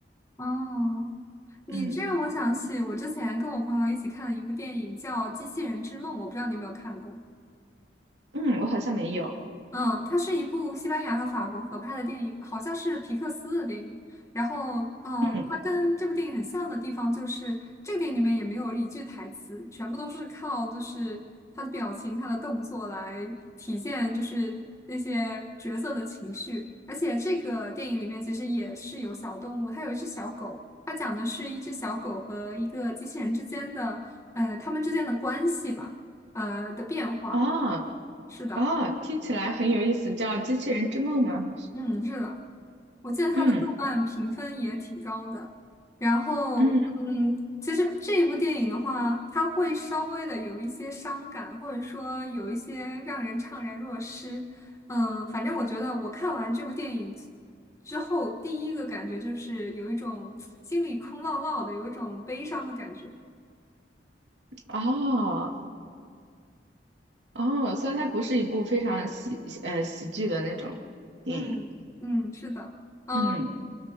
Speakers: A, on the left; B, on the right.
A: 哦，你这让我想起我之前跟我朋友一起看了一部电影叫《机器人之梦》，
B: 嗯
A: 我不知道你有没有看过。
B: 嗯，我好像没有。
A: 嗯，它是一部西班牙和法国合拍的电影，好像是皮克斯的电影。然后，呃，
B: 嗯
A: 它跟这部电影很像的地方就是，这个电影里面也没有一句台词，全部都是靠就是他的表情、他的动作来体现，就是那些角色的情绪。而且这个电影里面其实也是有小动物，它有一只小狗，它讲的是一只小狗和一个机器人之间的，呃，他们之间的关系吧，呃的变化。
B: 啊。哦
A: 是的，
B: 哦，听起来很有意思，叫《机器人之梦》吗？好像是
A: 嗯，是的。我记得它的豆瓣评分也挺高的。
B: 嗯
A: 然后，
B: 嗯，
A: 嗯，其实这部电影的话，它会稍微的有一些伤感，或者说有一些让人怅然若失。嗯，反正我觉得我看完这部电影之后，第一个感觉就是有一种心里空落落的，有一种悲伤的感觉。
B: 哦哦，所以它不是一部非常喜呃喜剧的那种电影。
A: 嗯嗯，是的，嗯。
B: 嗯